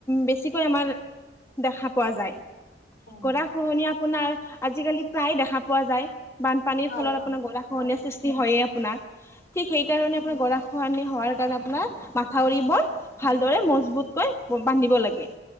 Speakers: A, on the left (about 15°); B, on the left (about 80°).
A: বেছি। কৈ আমাৰ দেখা পোৱা যায়
B: উম,
A: গৰা। খহনীয়া আজিকালি প্ৰায় দেখা পোৱা যায় বানপানীৰ
B: হয়
A: ফলত
B: হয়
A: আপোনাৰ গৰা খহনীয়া
B: হয়
A: সৃ- হি হয় আপোনাৰ ঠিক
B: হয়।
A: সেই কাৰণে আপোনাৰ গৰা খহনীয়া হোৱাৰ কাৰণে আপোনাৰ ম- থাউৰিবোৰ ভালদৰে মজবুতকৈ বান্ধিব লাগে।